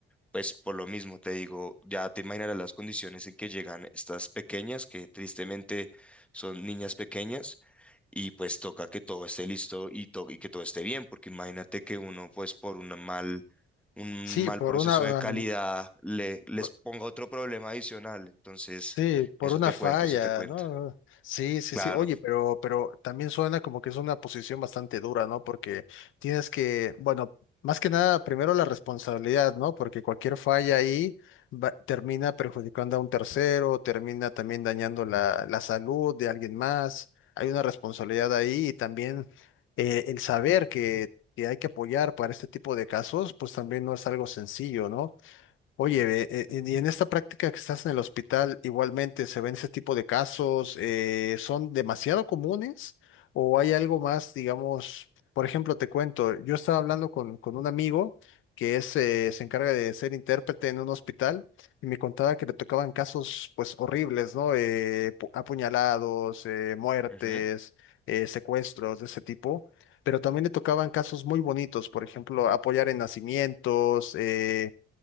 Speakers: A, in the centre; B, on the left (about 80°).
A: pues por lo mismo te digo, ya te imaginarás las condiciones en que llegan estas pequeñas, que tristemente son niñas pequeñas, y pues toca que todo esté listo y, to- y que todo esté bien, porque imagínate que uno pues por un mal, un
B: Sí,
A: mal
B: por
A: proceso
B: una,
A: de calidad le, les
B: ah,
A: ponga otro problema adicional. Entonces,
B: Sí, por
A: eso
B: una
A: te
B: falla,
A: cuento, eso te cuento.
B: ¿no? Sí, sí,
A: Claro.
B: sí. Oye, pero, pero también suena como que es una posición bastante dura, ¿no? Porque tienes que, bueno, más que nada, primero la responsabilidad, ¿no? Porque cualquier falla ahí va- termina perjudicando a un tercero, termina también dañando la, la salud de alguien más. Hay una responsabilidad ahí y también eh, el saber que, que hay que apoyar para este tipo de casos, pues también no es algo sencillo, ¿no? Oye, ve, eh, eh, y en esta práctica que estás en el hospital, igualmente se ven ese tipo de casos, eh, ¿son demasiado comunes o hay algo más, digamos, por ejemplo, te cuento, yo estaba hablando con, con un amigo que es, eh, se encarga de ser intérprete en un hospital y me contaba que le tocaban casos pues horribles, ¿no? Eh, pu- apuñalados, eh, muertes,
A: ujú.
B: eh, secuestros de ese tipo. Pero también le tocaban casos muy bonitos, por ejemplo, apoyar en nacimientos, eh,